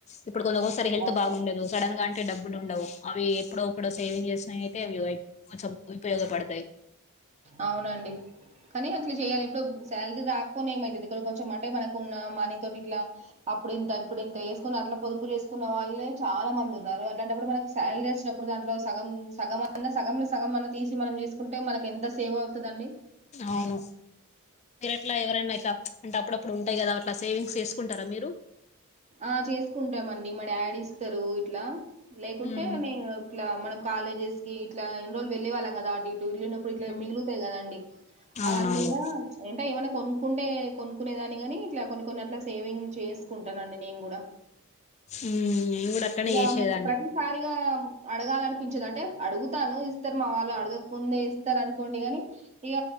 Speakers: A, on the left; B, on the right.
A: ఇప్పుడు కొందరికి ఒకసారి హెల్త్
B: అవును.
A: బాగుండదు. సడన్గాంటే డబ్బులు ఉండవు. అవి ఎప్పుడు ఇప్పుడ సేవింగ్ చేసినవయితే అవి కొంచెం ఉపయోగపడతాయి
B: అవునండి కానీ అట్ల చేయాలి ఇప్పుడు శాలరీ రాకపోని ఏమైతది ఇక్క కొంచెం అంటే మనకున్న మనీ తోటి ఇట్లా అప్పుడింత ఇప్పుడింత ఏసుకుని అట్లా పొదుపు చేసుకున్న వాళ్ళే చాలా మంది ఉన్నారు. అట్లాంటప్పుడు, మనకు శాలరీ వసినప్ ఇప్పుడు దాంట్లో సగం సగమన్నా సగంలో సగం అన్న తీసి మనం తీసుకుంటే మనకి ఎంత సేవ్ అవుతది అండి
A: అవును మీరట్ల ఎవరన్నా ఇట్లా అప్పుడప్పుడు ఉంటాయి కదా అట్లా సేవింగ్స్ చేసుకుంటారా మీరు?
B: ఆ చేసుకుంటామండి. మా డాడీ ఇస్తారు ఇట్లా లేకుంటే
A: ఉమ్,
B: నే ఇట్లా మనం కాలేజెస్ కి ఇట్లా ఇన్ని రోజులు వెళ్లే వాళ్ళం కదా అండి ఎల్లినప్పుడు ఇట్లా
A: ఉమ్,
B: మిగులుతాయి కదండి
A: అవునవును
B: అవన్నీ గూడ ఏంట ఏమైనా కొనుక్కుంటే కొనుక్కునేదాని కాని ఇట్ల కొన్ని కొన్ని అట్లా సేవింగ్ చేస్ కుంటానండి నేను కూడ.
A: ఉమ్, నేను కూడా అట్లనే
B: ఇక
A: చేసేదాన్ని
B: ప్రతి సారిగా అడగాలనిపించదు అంటే అడుగుతాను ఇస్తారు మా వాళ్ళు అడగక ముందే ఇస్తారు అనుకోండి గాని ఇక